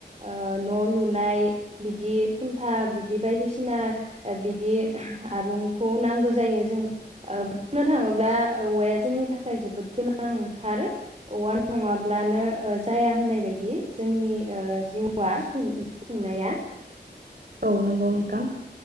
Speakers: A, on the right (about 35°); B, on the right (about 55°).
A: ओ ओ न' लुनाय बिदि खुन्था बिदि बायदिसिना बिदि आरुंखौ नांगौ जायो जों बुंनो थाङोब्ला औवाया जोंनि थाखाय जोबोद गोनांथार औवा नङाब्लानो ओ जाया होननाय बायदि जोंनि ओ जिउ <unintelligible> खुंनाया
B: औ नंगौ नोंथां